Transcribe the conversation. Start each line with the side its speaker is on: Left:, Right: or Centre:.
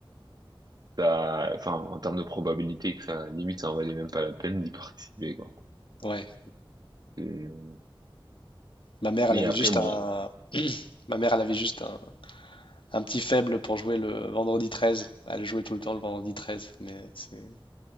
Right: ça, enfin, en termes de probabilité, que ça, limite, ça en valait même pas la peine d'y participer, quoi.
Left: Ouais.
Right: Et-
Left: Ma mère,
Right: Mais
Left: elle avait
Right: après,
Left: juste
Right: bon,
Left: un... <clears throat> Ma mère, elle avait juste un, un petit faible pour jouer le vendredi treize Elle jouait tout le temps le vendredi treize Mais c'est...